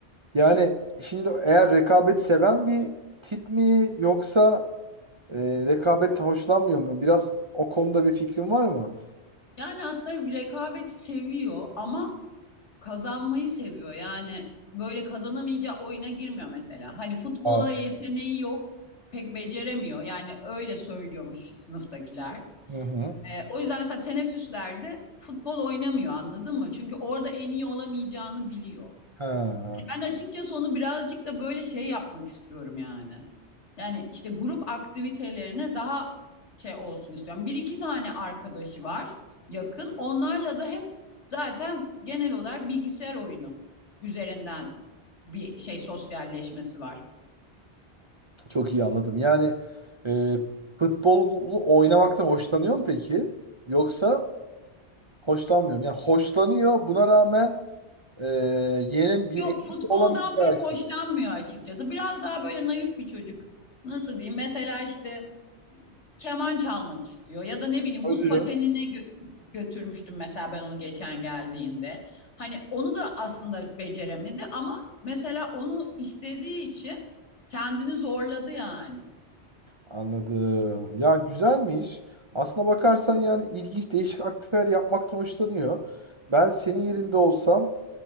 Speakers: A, on the right; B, on the left.
A: Yani şimdi eğer rekabet seven bir tip mi yoksa Ee, rekabet hoşlanmıyor mu? Biraz o konuda bir fikrin var mı?
B: Yani aslında bir rekabeti seviyor ama kazanmayı seviyor. Yani böyle kazanamayacağı oyuna girmiyor mesela. Hani futbola
A: Aa,
B: yeteneği yok, pek beceremiyor. Yani öyle söylüyormuş sınıftakiler.
A: Hı hı.
B: Ee, o yüzden mesela teneffüslerde futbol oynamıyor anladın mı? Çünkü orada en iyi olamayacağını biliyor.
A: Ha,
B: Ben açıkçası onu birazcık da böyle şey yapmak istiyorum yani. Yani işte grup aktivitelerine daha şey olsun istiyorum. Bir iki tane arkadaşı var yakın. Onlarla da hep zaten genel olarak bilgisayar oyunu üzerinden bir şey sosyalleşmesi var.
A: çok iyi anladım. Yani e, futbolu oynamaktan hoşlanıyor mu peki? Yoksa hoşlanmıyor mu? Yani hoşlanıyor buna rağmen e, yeğenin bir
B: Yok
A: etkisi
B: futboldan
A: olamayacağı
B: pek hoşlanmıyor
A: için.
B: açıkçası. Biraz daha böyle naif bir çocuk. Nasıl diyeyim? Mesela işte keman çalmak istiyor ya da ne bileyim
A: Oluyor.
B: buz patenine gö- götürmüştüm mesela ben onu geçen geldiğinde. Hani onu da aslında beceremedi ama mesela onu istediği için kendini zorladı yani.
A: Anladım. Ya güzelmiş. Aslına bakarsan yani ilginç değişik aktiviteler yapmaktan hoşlanıyor. Ben senin yerinde olsam